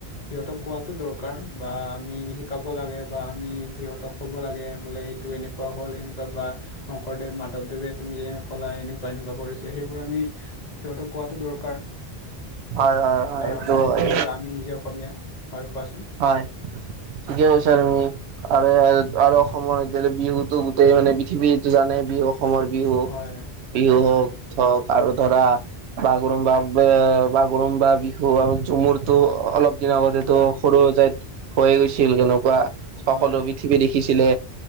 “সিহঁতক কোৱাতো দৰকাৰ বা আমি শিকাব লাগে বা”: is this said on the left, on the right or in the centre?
Left